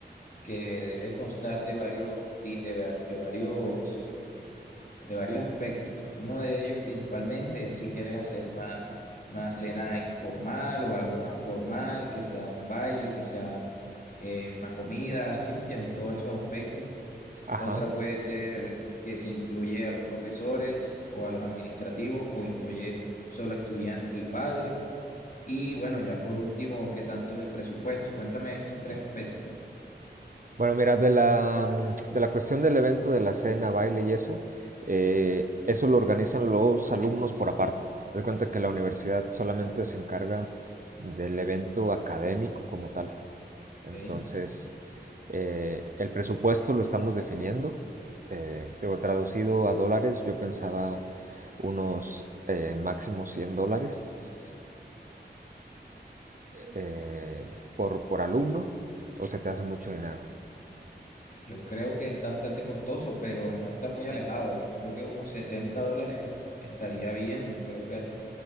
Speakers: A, on the left (about 50°); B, on the right (about 50°).
A: que debe constar de varios, ti- de, va- de varios, de varios aspectos. Uno de ellos principalmente es si quieres hacer una, una cena informal o algo más formal, que sea un baile, que sea eh, una comida, ¿sí me entiendes? Todos esos aspectos.
B: Ajá.
A: Otra puede ser que se incluye a los profesores o a los administrativos o incluye solo estudiantes y padres. Y bueno, ya por último, ¿qué tanto es el presupuesto? Cuéntame estos tres aspectos,
B: Bueno, mira, de la, mm, de la cuestión del evento, de la cena, baile y eso, eh, eso lo organizan los alumnos por aparte. Haz de cuenta que la universidad solamente se encarga del evento académico como tal. Entonces,
A: ¿ok?
B: eh, el presupuesto lo estamos definiendo. Eh, digo, traducido a dólares, yo pensaba unos eh, máximo 100 dólares eh, por, por alumno, o se te hace mucho dinero.
A: Yo creo que está bastante costoso, pero no está muy alejado. Yo creo que unos 70 dólares es- estaría bien, creo que es-